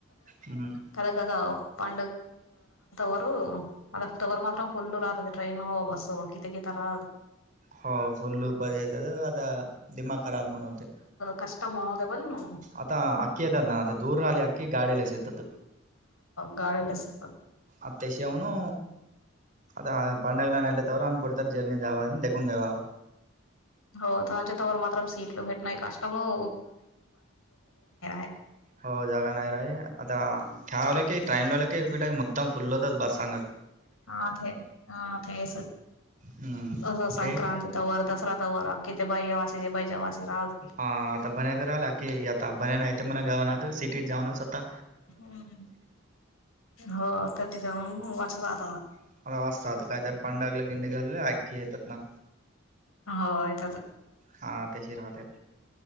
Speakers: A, on the right; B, on the left.
A: हम्म.
B: <unintelligible> हालका वरू. अ कवर मात्र फुल्ल राहतात. ट्रेन व बस व कित्येक कि रात.
A: हो फुल्ल पाहिजे तर, दादा दिमाग खराब बनवते.
B: कष्टमर <unintelligible> बनो.
A: आत्ता अक्की येतात ना, आता दूर आली अक्की गाडी आली असेल तिथं.
B: गाडी बसतात
A: आत्ता श्रावणू. आत्ता पाणी टाकलं नाही तर तोवर, आम्ही कुठे तर झेंडे जावा आणि ढेकूण द्यावा.
B: हो तुमचे तोवर मातरम सीट लो विथ नाईट कस्टमर <unintelligible>
A: हो जागा नाही रे, आत्ता क्या लेके त्यांना लेके विट आय उत्तम फुल्ल बस सांग.
B: हा ती, हा ती संक्रांत
A: हम्म ते
B: तोवर दसरा तोवर. किती बाय आवासे बाई जवा से रावते.
A: आत्ता बन्या घरी आला की, आता बन्या नाहीतर मग गावना त सिटीत जाऊनच आता.
B: हम्म हो आता ते जाऊन वाचला आत्ता.
A: <unintelligible> साधक काय तर पंडाग लागली की निघालं ऐके येतत ना.
B: होय येतात.
A: हां तशी राहते.